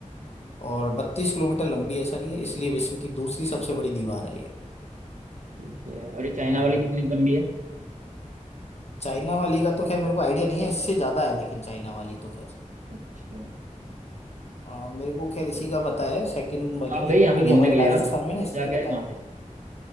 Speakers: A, on the left; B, on the right.
A: और बत्तीस किलोमीटर लंबी है सर ये इसलिए विश्व की दूसरी सबसे बड़ी दीवार है ये
B: ठीक है और ये चाइना
A: हाँ
B: वाली कितनी लंबी है
A: चाइना वाली का तो खैर मेरे को आइडिया नहीं है इससे ज्यादा है लेकिन चाइना वाली तो खैर
B: अच्छा
A: आ, मेरे को खैर इसी का पता है सेकंड वाली
B: तो आप गई
A: का
B: यहाँ
A: क्योंकि
B: पे घूमने
A: हमारे
B: के लिए
A: राजस्थान
B: आप
A: में ना इसलिए
B: जाके
A: पता
B: आए वहां
A: है
B: से